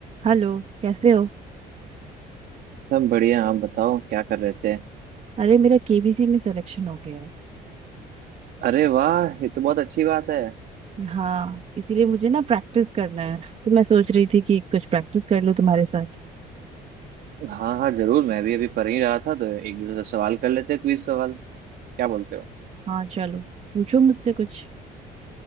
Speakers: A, on the right; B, on the right.
A: Hello कैसे हो
B: सब बढ़िया आप बताओ क्या कर रहे थे
A: अरे मेरा केबीसी में सिलेक्शन हो गया है
B: अरे वाह ये तो बहुत अच्छी बात है
A: हाँ इसीलिए मुझे ना प्रैक्टिस करना है तो मैं सोच रही थी कि कुछ प्रैक्टिस कर लूँ तुम्हारे साथ
B: हाँ हाँ जरूर मैं भी अभी पढ़ ही रहा था तो एक दूसरे से सवाल कर लेते क्विज सवाल क्या बोलते हो
A: हाँ चलो पूछो मुझसे कुछ